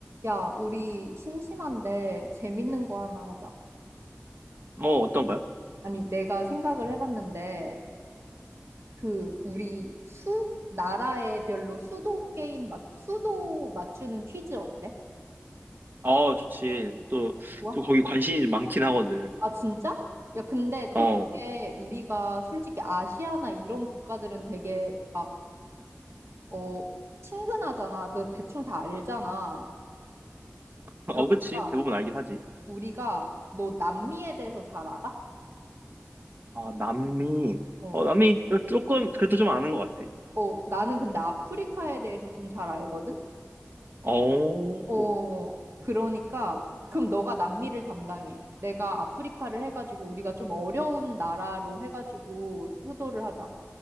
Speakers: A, on the right; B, on the right.
A: 야, 우리 심심한데 재밌는 거 하나 하자.
B: 어, 어떤가요?
A: 아니, 내가 생각을 해봤는데, 그, 우리 수, 나라에 별로 수도 게임, 맞, 수도 맞추는 퀴즈 어때?
B: 아, 좋지. 또,
A: 좋아?
B: 또 거기 관심이 좀 많긴 하거든.
A: 아, 진짜? 야, 근데
B: 어,
A: 또 이게 우리가 솔직히 아시아나 이런 국가들은 되게 막, 어, 친근하잖아. 너 대충 다 알잖아.
B: 어,
A: 그러니까
B: 그치. 대부분 알긴 하지.
A: 우리가 너 남미에 대해서 잘 알아?
B: 아, 남미.
A: 어.
B: 어, 남미 조금, 그래도 좀 아는 것 같아.
A: 어, 나는 근데 아프리카에 대해서 좀 잘 알거든?
B: 어,
A: 어, 그러니까, 그럼 너가 남미를 담당해. 내가 아프리카를 해가지고, 우리가 좀 어려운 나라로 해가지고, 수도를 하자.